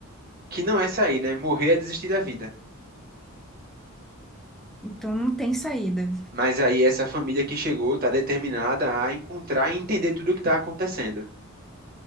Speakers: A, on the right; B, in the centre.
A: que não é sair, né? Morrer é desistir da vida.
B: então não tem saída.
A: Mas aí essa família que chegou tá determinada a encontrar e entender tudo o que tá acontecendo.